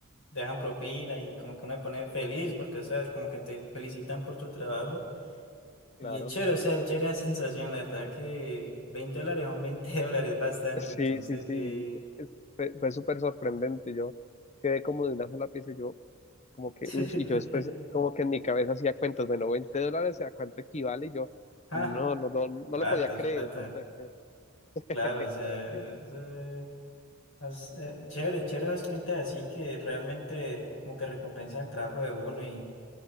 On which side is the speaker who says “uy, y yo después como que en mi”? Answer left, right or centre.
Left